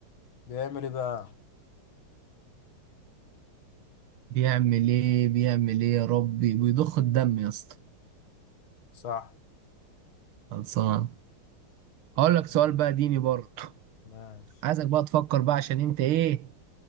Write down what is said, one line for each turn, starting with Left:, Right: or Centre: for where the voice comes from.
Left: بيعمل إيه بقى؟
Right: بيعمل إيه بيعمل إيه يا ربي بيضخ الدم يا اسطى
Left: صح
Right: خلصان أقول لك سؤال
Left: مم.
Right: بقى ديني برضه
Left: ماشي
Right: عايزك بقى تفكر بقى عشان انت ايه